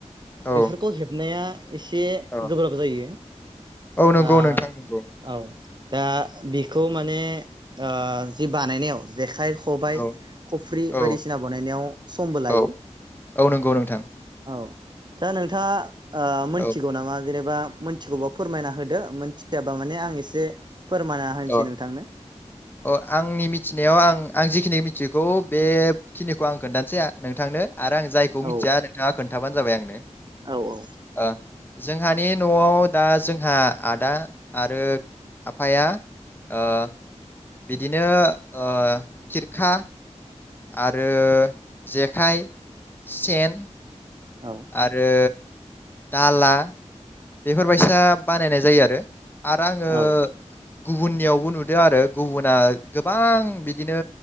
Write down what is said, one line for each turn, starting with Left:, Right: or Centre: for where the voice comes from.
Left: औ
Right: बेफोरखौ हेबनाया एसे
Left: औ
Right: गोब्राब जायो।
Left: औ नंगौ
Right: ओ
Left: नोंथां नंगौ।
Right: औ दा बिखौ माने ओ जि बानायनायाव जेखाइ खब खबाइ
Left: औ
Right: खफ्रि
Left: औ
Right: बायदिसिना बानायनायाव समबो लायो
Left: औ औ नंगौ नोंथां
Right: औ दा नोंथाङा? ओ मोनथिगौ
Left: औ
Right: नामा जेनेबा मोनथिगौबा फोरमायना होदो मिथियाबा माने आं एसे फोरमायना होनोसै
Left: अ
Right: नोंथांनो
Left: अ आंनि मिथिनायाव आं आं जिखिनि मिथिगौ बेखिनिखौ आं खोन्थानोासै आ नोंथांनो आरो आं जायखौ
Right: औ
Left: मिथिया नोंथाङा खोनथ खोनथाबानो जाबाय आंनो
Right: औ औ
Left: ओ जोंहानि नआव दा जोंहा आदा आरो आफाया ओ बिदिनो ओ खिरखा आरो जेखाइ सेन
Right: औ
Left: आरो दाला बेफोरबायसा बानायनाय जायो आरो आरो आङो
Right: औ
Left: गुबुननियावबो नुदों आरो गुबुना गोबां बिदिनो